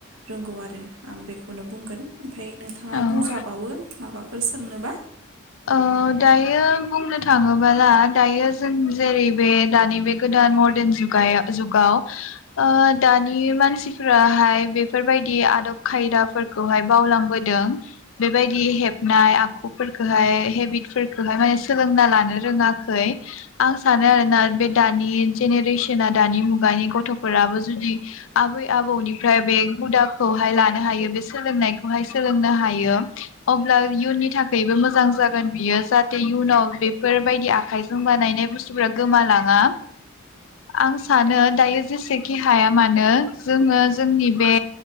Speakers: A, on the right; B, on the left.
A: रोंगौ आरो आं बेखौनो बुंगोन। ओमफाय नोंथाङा
B: औ
A: बुंजाबावो माबा फोर सोंनोबा
B: अ दायो बुंनो थाङोबोला दायो जों जेरै बे दानि बे गोदान मरदेन जुगाया जुगाव ओ दानि मानसिफोराहाय बेफोरबायदि आदब खायदाफोरखौहाय बावलांबोदों बेबायदि हेबनाय आखुफोर खोहाय हेबिट फोरखोहाय माने सोलोंना लानो रोङाखै आं सानो आरोना बे दानि जेनेरेसना दानि मुगानि गथ'फोराबो जुदि आबै आबौनिफ्राय बे हुदाखौहाय लानो हायो बे सोलोंनायखौ हाय सोलोंनो हायो अब्ला इयुननि थाखायबो मो जां जाजोन बियो जाहाथे इयुनाव बेफोरबायदि आखाइजों बानायनाय बुसथुफोरा गोमालाङा आं सानो दायो जेसेखि हाया मानो जोङो जोंनि बे